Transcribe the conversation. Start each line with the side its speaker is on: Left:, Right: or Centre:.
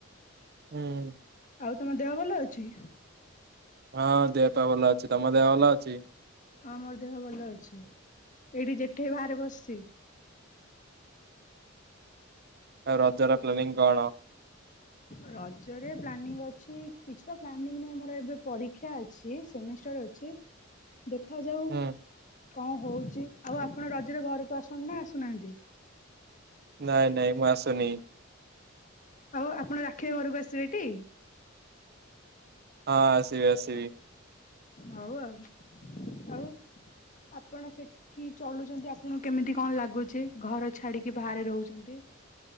Right: ହୁଁ।
Left: ଆଉ ତମ ଦେହ ଭଲ ଅଛି?
Right: ହଁ ଦେହପାଅ ଭଲ ଅଛି। ତମ ଦେହ ଭଲ ଅଛି?
Left: ହଁ ମୋର ଦେହ ଭଲ ଅଛି। ଏଇଠି ଜେଠି ବାହାରେ ବସଚି।
Right: ଆଉ ରଜର ପ୍ଲାନିଂ କଣ?
Left: ରଜରେ ପ୍ଲାନିଙ୍ଗ ଅଛି, କିଛି ତ ପ୍ଲାନିଙ୍ଗ ନାହିଁ। ମୋର ଏବେ ପରୀକ୍ଷା ଅଛି। ସେମିଷ୍ଟାର ଅଛି। ଦେଖାଯାଉ।
Right: ହୁଁ
Left: କଣ ହଉଚି? ଆଉ ଆପଣ ରଜରେ ଘରକୁ ଆସନ୍ତୁ ନା ଆସୁନାହାନ୍ତି?
Right: ନାଇଁ, ନାଇଁ, ମୁଁ ଆସୁନି।
Left: ଆଉ ଆପଣ ରାକ୍ଷୀ ଘରକୁ ଆସିବେ ଟି?
Right: ହଁ ଆସିିବି ଆସିବି।
Left: ହଉ ଆଉ। ଆଉ ଆପଣ ସେଠି ଚଳୁଚନ୍ତି, ଆପଣଙ୍କୁ କେମିତି କଣ ଲାଗୁଚି? ଘର ଛାଡିକି ବାହାରେ ରହୁଚନ୍ତି।